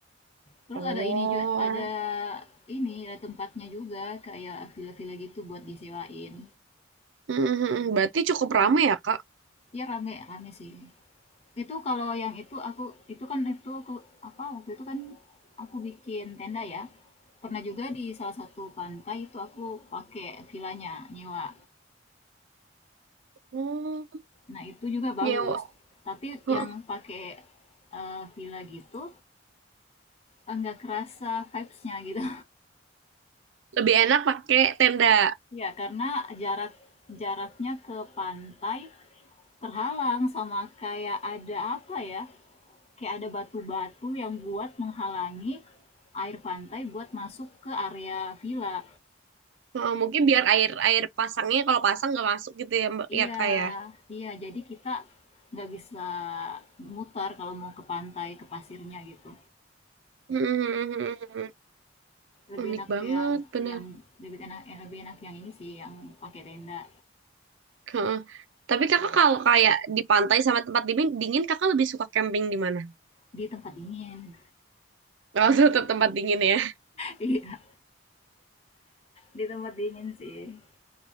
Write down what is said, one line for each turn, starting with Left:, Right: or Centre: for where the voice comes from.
Left: Terus
Right: Oh,
Left: ada ini juga, ada ini ada tempatnya juga kayak villa-villa gitu buat disewain.
Right: Mhm, berarti cukup ramai ya kak?
Left: Iya rame rame sih. Itu kalau yang itu aku itu kan itu aku apa waktu itu kan aku bikin tenda ya. Pernah juga di salah satu pantai itu aku pakai vilanya nyewa.
Right: Hmm,
Left: Nah, itu juga bagus.
Right: nyewa.
Left: Tapi
Right: Heeh.
Left: yang pakai eh, villa gitu enggak kerasa vibes-nya gitu.
Right: Lebih enak pakai tenda.
Left: <laughs> ya karena jarak jaraknya ke pantai terhalang sama kayak ada apa ya? Kayak ada batu-batu yang buat menghalangi air pantai buat masuk ke area villa.
Right: Heeh, mungkin biar air air pasangnya kalau pasang nggak masuk gitu ya mbak
Left: Iya,
Right: ya kak ya.
Left: iya. Jadi kita nggak bisa mutar kalau mau ke pantai, ke pasirnya gitu.
Right: Mhm,
Left: Lebih
Right: unik
Left: enak
Right: banget
Left: yang
Right: bener.
Left: yang lebih enak eh, lebih enak yang ini sih, yang pakai tenda
Right: Heeh. Tapi kakak kalau kayak di pantai sama tempat dingin, dingin kakak lebih suka camping di mana?
Left: di tempat dingin. <laughs>
Right: Kalau <laughs> tetap tempat dingin ya.
Left: Iya, di tempat dingin sih.